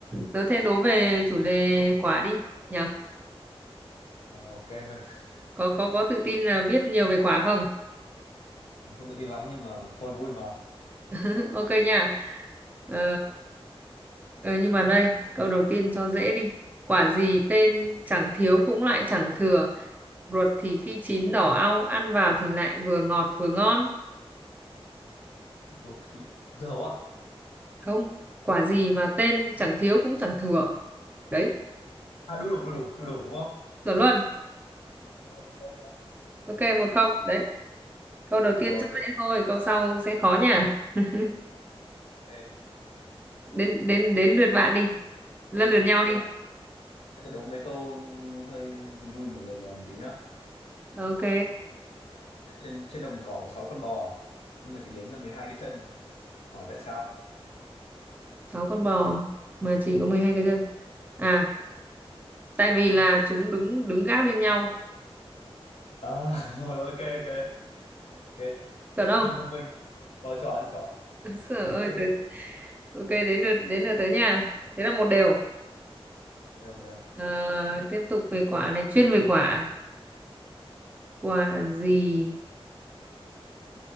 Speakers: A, on the right (about 15°); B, on the left (about 85°).
A: Tớ thế đố về chủ đề quả đi. Nhờ,
B: Ờ, ok. <laughs>
A: có có có tự tin là biết nhiều về quả không?
B: Không tự tin lắm nhưng mà thôi vui mà.
A: <laughs> Ok nha. Ờ, ờ, nhưng mà đây, câu đầu tiên cho dễ đi. Quả gì tên chẳng thiếu cũng lại chẳng thừa. Ruột thì khi chín đỏ au, ăn vào thì lại vừa ngọt vừa ngon.
B: Ruột thịt dưa hấu à?
A: không quả gì mà tên chẳng thiếu cũng chẳng thừa đấy
B: À đu đủ đu đủ đu đủ đúng không?
A: chuẩn luôn
B: Ờ, ok.
A: ok một không đấy câu đầu tiên
B: Rồi
A: cho
B: ok
A: dễ thôi câu sau sẽ khó nha <laughs>
B: ok
A: đến đến đến lượt bạn đi lần lượt nhau
B: ok
A: đi
B: này. Thế tớ đố mấy câu hơi vui vui mà lừa lừa một tí nhá.
A: ok
B: Trên trên đồng cỏ có 6 con bò à? nhưng mà chỉ đếm ra 12 cái chân. Hỏi tại sao?
A: sáu con bò mà chỉ có 12 cái chân à tại vì là chúng đứng đứng gác lên nhau
B: À <laughs> rồi ok ok. Ok thông
A: chuẩn không
B: minh thông minh. Rồi chuẩn chuẩn.
A: <laughs> Sợ
B: Rồi
A: ơi
B: tiếp đi.
A: tới- ok đến lượt đến lượt tới nha thế là một đều
B: Đều mà đều.
A: Ờ, tiếp tục về quả này chuyên về quả quả gì